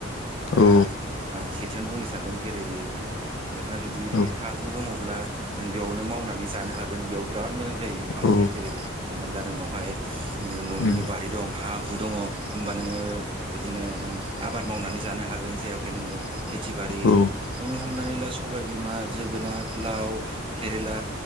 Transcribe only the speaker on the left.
औ
औ
औ
उम
औ